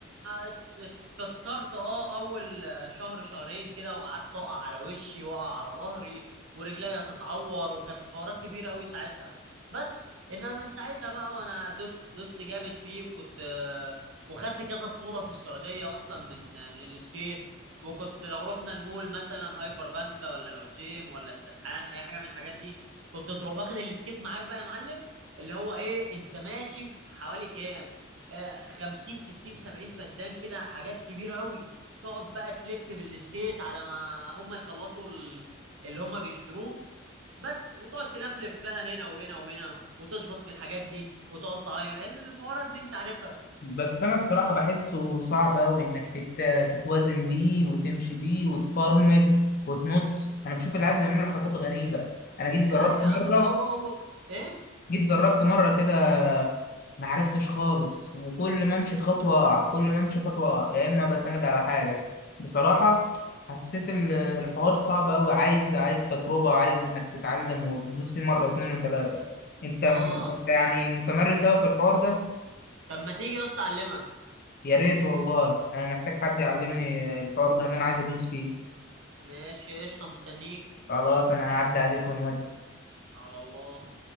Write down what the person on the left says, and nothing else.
بس انا بصراحة بحسه صعب اوي انك تت... تتوازن بيه وتمشي بيه وتفرمل وتنط انا بشوف العيال بيعملوا حركات غريبة انا جيت جربت
مرة
جيت جربت مرة كده ما عرفتش خالص وكل ما امشي خطوة اقع كل ما امشي خطوة اقع يا اما بسند على حاجة بصراحة حسيت ال- الحوار صعب اوي عايز عايز تجربة عايز انك تتعلم وتدوس فيه مرة واتنين وتلاتة انت
انت يعني متمرس اوي في الحوار ده
يا ريت والله انا محتاج حد يعلمني الحوار ده ان انا عايز ادوس فيه
خلاص انا هعدي عليك ونودي